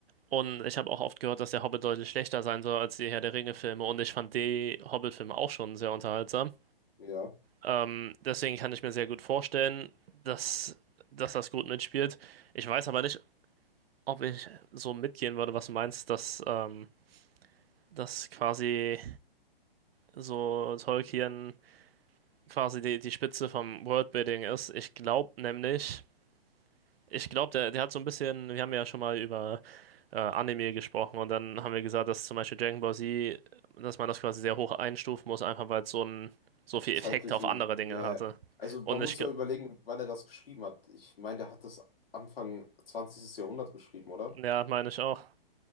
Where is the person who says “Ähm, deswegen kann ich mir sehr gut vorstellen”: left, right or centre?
Right